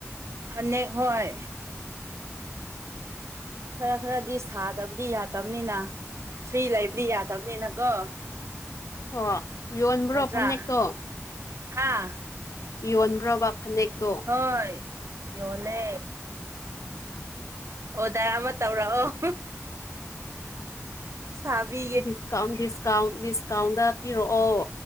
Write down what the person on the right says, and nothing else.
ꯐꯅꯦꯛ ꯍꯣꯏ ꯈꯔ ꯈꯔꯗꯤ ꯁꯥꯗꯕꯗꯤ ꯌꯥꯗꯕꯅꯤꯅ ꯐ꯭ꯔꯤ ꯂꯩꯕꯗꯤ ꯌꯥꯗꯕꯅꯤꯅꯀꯣ
ꯅꯠꯇ꯭ꯔ
ꯍꯥꯥ
ꯍꯣꯏ ꯌꯣꯜꯂꯦ ꯑꯣꯗꯔ ꯑꯃ ꯇꯧꯔꯛꯑꯣ ꯁꯥꯕꯤ